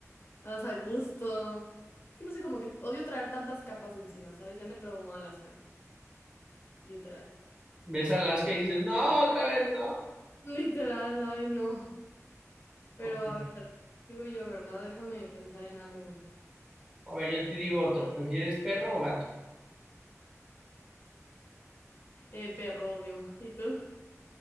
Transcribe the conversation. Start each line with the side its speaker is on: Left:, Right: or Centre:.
Left: vas a gusto. Es que no sé, como que odio traer tantas capas encima, ¿sabes? Ya me traumó Alaska, literal.
Right: Ves a Alaska y dices, no, otra vez no.
Left: <laughs> Literal, ay no. Pero
Right: Ok.
Left: a ver, sigo yo, ¿verdad? Déjame pensar en algo.
Right: A ver, yo te digo otro, ¿prefieres perro o gato?
Left: Eh, perro, obvio. ¿Y tú?